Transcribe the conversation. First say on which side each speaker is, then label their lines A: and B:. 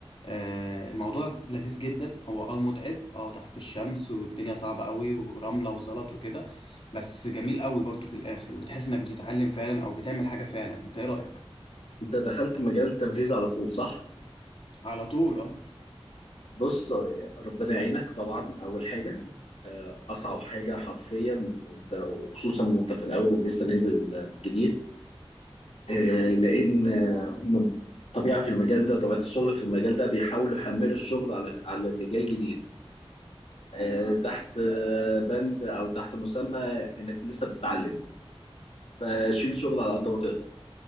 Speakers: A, on the left; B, on the left.
A: آه، الموضوع لذيذ جدا هو اه متعب اه تحت في الشمس والدنيا صعبه قوي ورمله وزلط وكده بس جميل قوي برضو في الاخر بتحس انك بتتعلم فعلا او بتعمل حاجه فعلا انت ايه رايك
B: انت دخلت مجال التنفيذ على طول صح
A: على طول اه
B: بص آه، ربنا يعينك طبعا اول حاجه آه، اصعب حاجه حرفيا انت وخصوصا وانت في الاول لسه نازل آه، جديد آه، لان آه، هم طبيعه في المجال ده طبيعه الشغل في المجال ده بيحاولوا يحملوا الشغل على على اللي جاي جديد آه، تحت آه، بند او تحت مسمى انك لسه بتتعلم فشيل شغل على قد ما تقدر